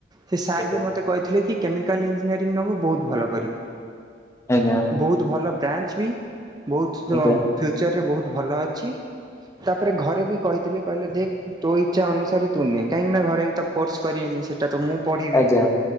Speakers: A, on the right; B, on the left.
A: ସେ ସାର୍
B: ଆଜ୍ଞା
A: ବି ମୋତେ କହିଥିଲେ କି, କେମିକାଲ ଇଞ୍ଜିନିୟରିଂ ନବୁ ବହୁତ ଭଲ କରିବୁ।
B: ଆଜ୍ଞା।
A: ବହୁତ ଭଲ ବ୍ରାଞ୍ଚ ବି, ବହୁତ
B: ଆଜ୍ଞା ଆଜ୍ଞା।
A: ଫ୍ୟୁଚର୍ ରେ ବହୁତ ଭଲ ଅଛି, ତାପରେ ଘରେ ବି କହିଥିଲେ କହିଲେ ଦେଖ ତୋ ଇଚ୍ଛା ଅନୁସାରେ ତୁ ନେ। କାହିଁକି ନା ଘରେ ବି ତ ଫୋର୍ସ କରିବେନି ସେଟା ତ ମୁଁ ପଢ଼ିବି,
B: ଆଜ୍ଞା